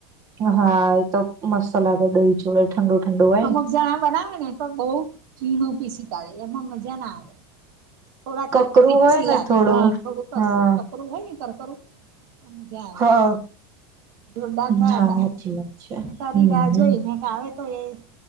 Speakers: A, on the right; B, on the right.
A: હા એ તો મસ્ત લાગે દહી ચળા. ઠડો ઠંડો- -
B: અમુક જણા બનાવે ને તો બહુ ઝીણું પી શી કડે એમાં મજા ના આવે. થોડાક
A: કકરું
B: પીઠ્સી
A: હોય ને
B: લાગે હા થોડું કસ
A: હા
B: ટકરું હોય ને કર કરરું- - મજા આવે
A: હા
B: ખાવાની જોરદાર થયા
A: હા
B: ત
A: સાચી વાત છે
B: મે તારી
A: હમ
B: રાહ જોઈ ને- - ગાવ તો એ